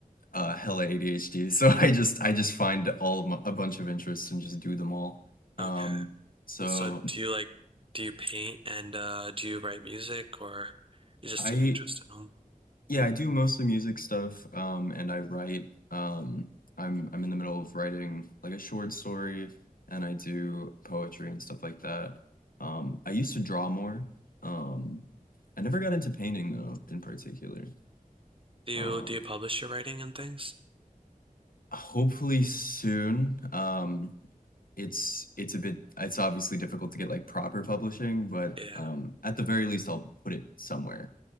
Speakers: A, on the left; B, on the right.
A: uh hella ADHD. <laughs> So I just I just find all of my, a bunch of interests and just do them all. Um
B: Okay.
A: so
B: So do you like do you paint and uh do you write music or you're just
A: I
B: an interest in them?
A: yeah, I do mostly music stuff um and I write um I'm I'm in the middle of writing like a short story and I do poetry and stuff like that. Um I used to draw more. Um I never got into painting though in particular.
B: Do you
A: Um
B: do you publish your writing and things?
A: hopefully soon. Um it's it's a bit it's obviously difficult to get like proper publishing, but
B: Yeah.
A: um at the very least I'll put it somewhere